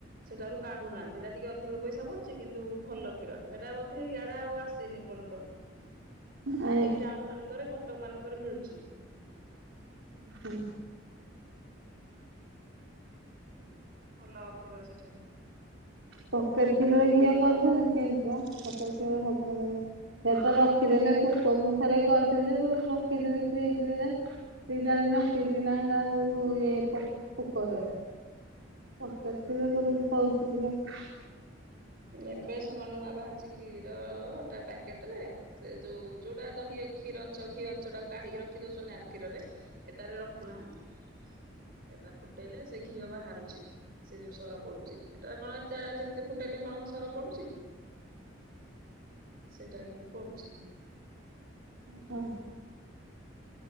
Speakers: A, on the right; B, on the right.
A: ସେଟାରୁ କାଢୁନାହାନ୍ତି ହେଟା ଟିକିଏ ଅଧିକ ପଇସା ପଡୁଚି କିନ୍ତୁ ଭଲ କ୍ଷୀର ହେଟା ବୋଧେ ଇ ଟା ଆଉ ଆସିନି ଏପର୍ଯ୍ୟନ୍ତ
B: ନାଇଁ
A: ଏ ଏଇ ଟାଉନ ମାନଙ୍କରେ କଟକ ମାନଙ୍କରେ ମିଳୁଚି।
B: ହୁଁ।
A: ଭଲ କ୍ଷୀର ସେଠେ।
B: ପକେଟ୍ କ୍ଷୀରରେ ଘିଅ କରୁଛନ୍ତି କେମତି ମ ପକେଟ କ୍ଷୀରରେ ହବନି ମ। ସେ ତ ରଖିଦେଲେ ପୋକ ମୁଁ ଥରେ କରିଥିଲି ଯେ ମୁ ରଖିଦେଲି ଫ୍ରିଜରେ। ଦି ଚାର ଦିନ ରଖିଚିନା ହେରା ସବୁ ଇଏ ପୋ ପୋକ ହେଇଗଲେ। ପକେଟ କ୍ଷୀରରେ କଉଠେ ହଉଚି <unintelligible>
A: ଏବେ ସେ କଣ ନୁଆଁ ବାହାରିଛି କ୍ଷୀର ଟା ପ୍ୟାକେଟ ରେ। ସେ ଯୋଉ ଯୋଉଟା ଦହି କ୍ଷୀର ଅଞ୍ଚ ଘିଅ ଅଞ୍ଚ ଟାକୁ କାଢିକି ରଖି ଦଉସନ୍ ଆର କ୍ଷୀରରେ। ଏଟାରେ ରଖୁନାହାନ୍ତି ଏଟା ଫୁଟେଇଲେ ସେ ଘିଅ ବାହାରୁଛି, ସେ ଯୋଉ ସର ପଡୁଛି ଏଟା କଣ ଏ ଯେତେ ଫୁ ଟେଇଲେ କଣ ସର ପଡୁଛି, ସେଇଟା କି ପଡୁଛି।
B: ଉ ହୁଁ।